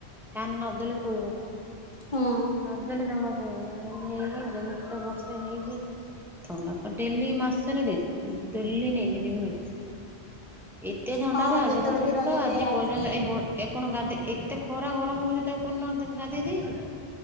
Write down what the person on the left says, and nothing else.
ହୁଁ
ହଁ
ଯେତେବେଳେ
ବି ରଞ୍ଜିତ
ଭାଇ ଆସେ